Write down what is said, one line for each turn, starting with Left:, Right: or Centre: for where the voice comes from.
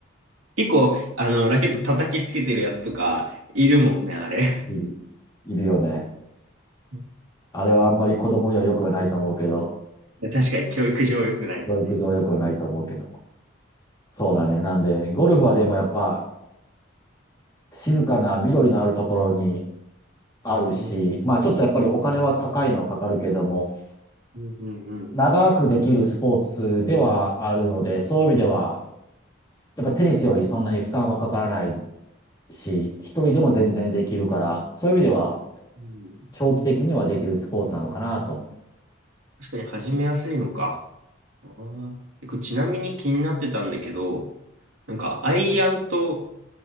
Right: 結構、あの、ラケット叩きつけてるやつとか、いるもんね、あれ。
Left: いる、いるよね。
Right: <laughs>
Left: あれはあんまり子供には良くはないと思うけど、
Right: 確かに教育上良くない。
Left: 教育上良くはないと思うけど。そうだね。なんで、ゴルフはでもやっぱ静かな緑のあるところにあるし、
Right: うん、
Left: まあちょっとやっぱりお金は高いのかかるけども、
Right: うん、うん、うん。
Left: 長くできるスポーツではあるので、そういう意味では、やっぱテニスよりそんなに負担はかからないし、一人でも全然できるから、そういう意味では
Right: うん
Left: 長期的にはできるスポーツなのかなと思う。
Right: 確かに始めやすいのか。あーえこれちなみに気になってたんだけど、なんか、アイアンと